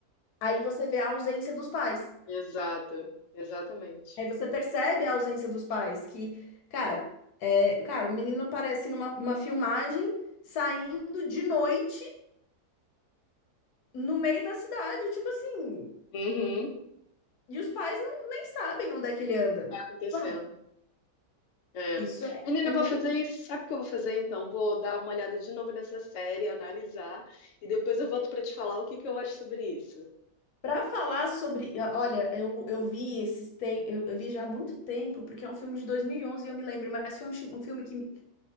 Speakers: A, on the left (about 80°); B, on the left (about 65°).
A: aí você vê a ausência dos pais.
B: Exato, exatamente.
A: Aí você percebe a ausência dos pais, que, cara, é, cara, o menino aparece numa uma filmagem saindo de noite no meio da cidade, tipo assim.
B: Uhum,
A: E os pais não, nem sabem onde é que ele anda.
B: está acontecendo.
A: Pá,
B: É.
A: Isso é,
B: Menina,
A: é
B: eu
A: muito.
B: vou fazer isso. Sabe o que eu vou fazer então? Vou dar uma olhada de novo nessa série, analisar, e depois eu volto para te falar o que que eu acho sobre isso.
A: Para falar sobre. ah, Olha, eu, eu vi esses tem, eu, eu vi já há muito tempo, porque é um filme de 2011 e onze e eu me lembro, mas foi um, chi- um filme que. me-